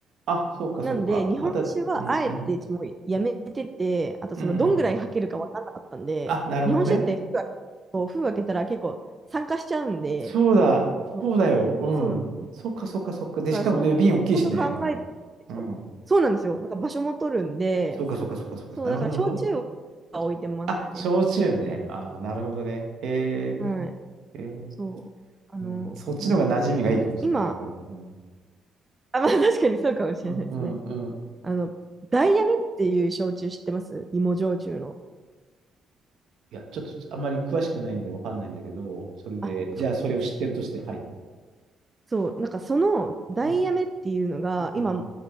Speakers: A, on the right (about 75°); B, on the right (about 25°).
A: あ、そっかそっか。
B: なんで、日本酒はあえてもうやめてて、
A: また、うんうん。
B: あとそのどんぐらい吐けるか分かんなかったんで、
A: うんうん。あ、なるほどね。
B: 日本酒って封開こう封開けたら結構酸化しちゃうんで、
A: そうだ、
B: そう
A: そうだよ。うん。
B: そうなん
A: そっかそっかそっか。で、
B: だからそういうこと考えて、
A: しかもね、瓶大きいしね。うん。うん。
B: そうなんですよ。なんか場所も取るんで、
A: そうかそっかそっかそっか。
B: そう、
A: なるほど、
B: だから焼酎
A: なるほど。
B: は置いてますね。
A: あ、焼酎ね。ああなるほどね。へ
B: はい。
A: え。へー
B: そう。あの、
A: うん、そっちの方が馴染みがいいかもしれない、
B: なんだろう。今、
A: 逆に。うん。
B: あ、まあ確かにそうかもしれないですね。
A: うんうんうん。
B: あの、ダイヤメっていう焼酎知ってます芋焼酎の。
A: いや、ちょっとあんまり詳しくないんでわかんないんだけど、それで、
B: あ、そうですね
A: じゃあそれを知ってるとして、はい。
B: そう、なんかそのダイヤメっていうのが、
A: うんうん。
B: 今、